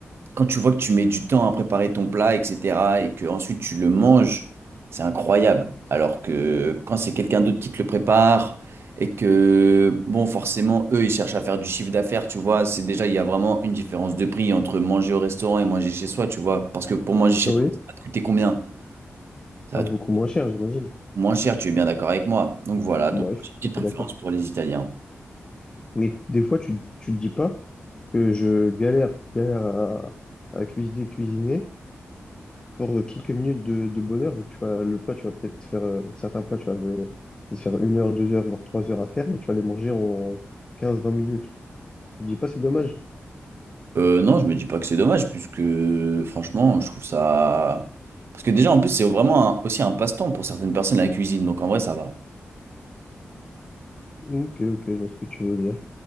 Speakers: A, on the right; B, on the left.
A: quand tu vois que tu mets du temps à préparer ton plat, etc., et que ensuite tu le manges, c'est incroyable. Alors que quand c'est quelqu'un d'autre qui te le prépare et que, bon, forcément, eux, ils cherchent à faire du chiffre d'affaires, tu vois, c'est déjà, il y a vraiment une différence de prix entre manger au restaurant et manger chez soi, tu vois. Parce que pour manger chez
B: Ah Oui,
A: toi, ça va te coûter combien? Ça
B: Ah,
A: va
B: beaucoup
A: te coûter
B: moins cher, j'imagine.
A: moins cher, tu es bien d'accord avec moi. Donc voilà, donc
B: Bah, ouais, je suis
A: j'ai une petite
B: tout à fait
A: préférence
B: d'accord.
A: pour les Italiens.
B: Mais des fois, tu, tu te dis pas que je galère, galère à, à cuisiner, cuisiner pour quelques minutes de, de bonheur, vu que tu vois, le plat, tu vas peut-être faire euh, certains plats, tu vas je vais te faire une heure, deux heures, voire trois heures à faire, mais tu vas les manger en quinze vingt minutes. Tu te dis pas, c'est dommage.
A: Euh, non, je me dis pas que c'est dommage, puisque franchement, je trouve ça. Parce que déjà, en plus, c'est vraiment un- aussi un passe-temps pour certaines personnes, la cuisine, donc en vrai, ça va.
B: Ok, ok, je vois ce que tu veux dire.